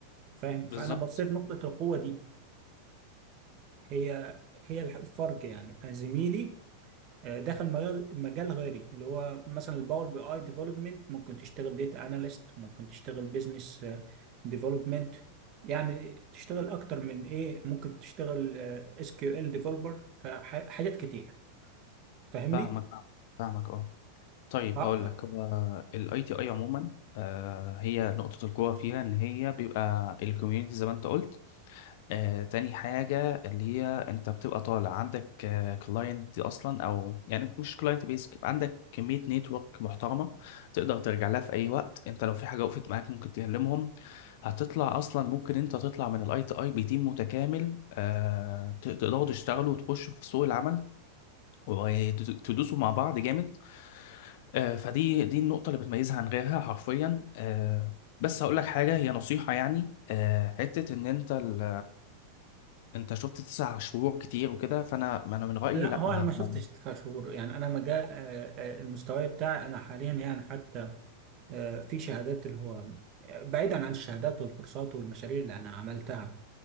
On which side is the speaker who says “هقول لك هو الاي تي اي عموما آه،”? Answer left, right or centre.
Left